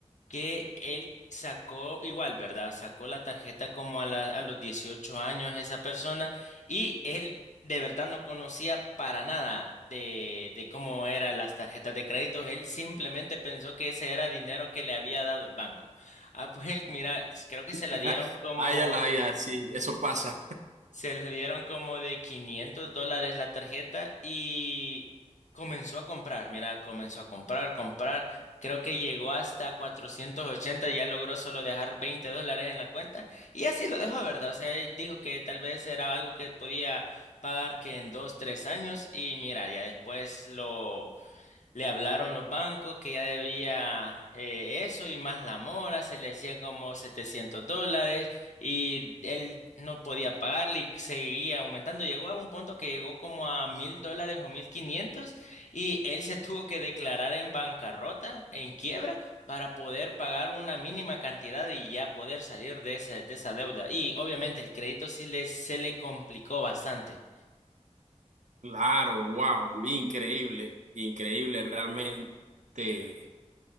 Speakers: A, on the left; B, on the right.
A: que él sacó igual, ¿verdad? Sacó la tarjeta como a, la- a los 18 años esa persona y él... De verdad no conocía para nada de, de cómo eran las tarjetas de crédito. Él simplemente pensó que ese era dinero que le había dado el banco. Ah, pues él, mira, creo que se la
B: <laughs>
A: dieron como...
B: Ay, a la vida, sí, eso pasa.
A: Se los dieron como de 500 dólares la tarjeta y comenzó a comprar. Mira, comenzó a comprar, comprar. Creo que llegó hasta 480 ya logró solo dejar 20 dólares en la cuenta y así lo dejó, ¿verdad? O sea, él dijo que tal vez era algo que podía pagar que en dos, tres años y mira, ya después lo... Le hablaron los bancos que ya debía eh, eso y más la mora, se le hacían como 700 dólares y él no podía pagarle y seguía aumentando. Llegó a un punto que llegó como a mil dólares o mil quinientos y él se tuvo que declarar en bancarrota, en quiebra, para poder pagar una mínima cantidad y ya poder salir de esa, de esa deuda. Y obviamente el crédito sí le, se le complicó bastante.
B: Claro, wow, increíble, increíble realmente